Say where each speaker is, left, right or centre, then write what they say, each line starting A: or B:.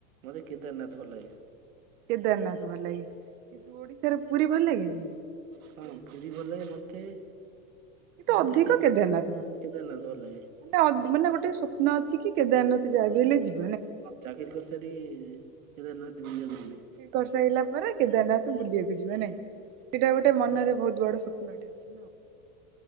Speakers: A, on the right (about 70°); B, on the right (about 20°).
A: ମୋତେ କେଦାରନାଥ ଭଲ ଲାଗେ।
B: କେଦାରନାଥ ଭଲ ଲାଗେ, କିନ୍ତୁ ଓଡିଶାର ପୁରୀ ଭଲ ଲାଗେନି?
A: ହଁ ପୁରୀ ଭଲ ଲାଗେ, ମତେ
B: କିନ୍ତୁ
A: ମତେ
B: ଅଧିକ
A: କେଦାରନାଥ
B: ଭଲ
A: ଭଲଲାଗେ।
B: ଅ ମାନେ ଗୋଟେ ସ୍ୱପ୍ନ ଅଛି କି, କେଦାରନାଥ ଯାଆ ବି ହେଲେ ଯିବି।
A: ଚାକିରି କରିସାରି କେବଳ ଜୁନରେ କରିବେ।
B: କରିସାଇଲା ପରେ କେଦାରନାଥ ବୁଲିବାକୁ ଯିବ ନାଇଁ, ଏଇଟା ଗୋଟେ ମନରେ ବହୁତ ବଡ ସ୍ୱପ୍ନଟେ ଅଛି।